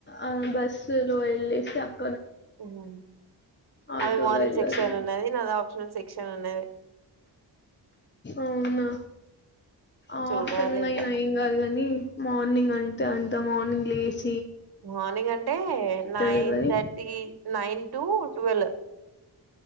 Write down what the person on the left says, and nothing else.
ఆ బస్ స్సుల్లో వెల్లెసి అక్
ఆటోలో
వెళ్ళాలి
అవునా ఆఫ్టర్నూన్
అయినా ఎమ్ గాదు గని మార్నింగ్ అంటే అంత మార్నింగ్ ప్లీస్
తెల్వది